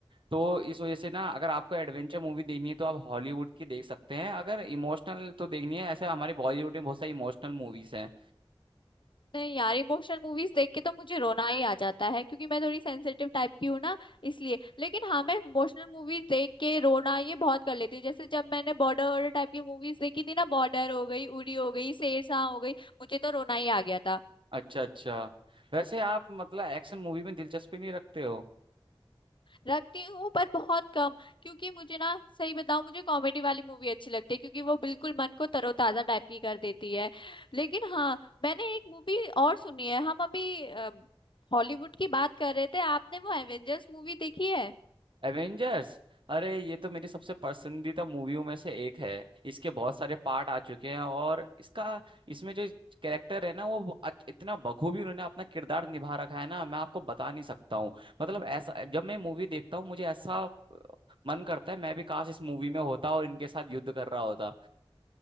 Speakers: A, on the right (about 60°); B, on the left (about 55°).
A: तो इस वजह से ना अगर आपको एडवेंचर मूवी देखनी है तो आप हॉलीवुड की देख सकते हैं अगर इमोशनल तो देखनी है ऐसे हमारे बॉलीवुड में बहुत सारी इमोशनल मूवीज हैं
B: नहीं यार इमोशनल मूवीज देख के तो मुझे रोना ही आ जाता है क्योंकि मैं थोड़ी सेंसिटिव टाइप की हूँ ना इसलिए लेकिन हाँ मैं इमोशनल मूवीज देख के रोना ये बहुत कर लेती हूँ जैसे जब मैंने बॉर्डर वॉर्डर टाइप की मूवीज देखी थी ना बॉर्डर हो गई उरी हो गई शेरशाह हो गई मुझे तो रोना ही आ गया था
A: अच्छा अच्छा वैसे आप मतलब एक्शन मूवी में दिलचस्पी नहीं रखते हो
B: रखती हूँ पर बहुत कम क्योंकि मुझे ना सही बताऊँ मुझे कॉमेडी वाली मूवी अच्छी लगती है क्योंकि वो बिल्कुल मन को तरोताजा टाइप की कर देती है लेकिन हाँ मैंने एक मूवी और सुनी है हम अभी अ, हॉलीवुड की बात कर रहे थे आपने वो एवेंजर्स मूवी देखी है
A: एवेंजर्स अरे ये तो मेरी सबसे पसंदीदा मूवियों में से एक है इसके बहुत सारे पार्ट आ चुके हैं और इसका इसमें जो कैरेक्टर है ना वो अच- इतना बखूबी उन्होंने अपना किरदार निभा रखा है ना मैं आपको बता नहीं सकता हूँ मतलब ऐसा जब मैं मूवी देखता हूँ मुझे ऐसा अ, मन करता है मैं भी काश इस मूवी में होता और इनके साथ युद्ध कर रहा होता